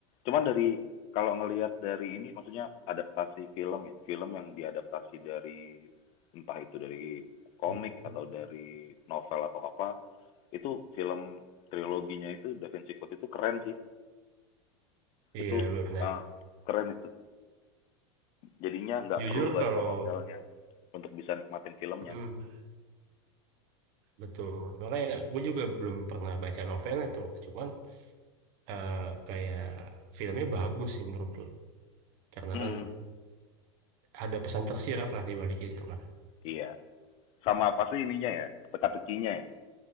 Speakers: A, on the left; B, on the right.
A: cuman dari kalau ngelihat dari ini maksudnya adaptasi film ya film yang diadaptasi dari entah itu dari komik
B: Hmm,
A: atau
B: hmm.
A: dari novel atau apa itu film triloginya itu Da Vinci Code itu keren sih
B: Iya
A: itu
B: benar.
A: ah keren itu jadinya nggak
B: Jujur
A: perlu baca
B: kalau
A: novelnya untuk bisa nikmatin filmnya
B: hmm, betul. Makanya gue juga belum pernah baca novelnya tuh. Cuman eh, kayak filmnya bagus sih menurut gue. Karena
A: hmm
B: kan ada pesan tersirat lah di balik itu kan.
A: iya sama pasti ininya ya teka-tekinya ya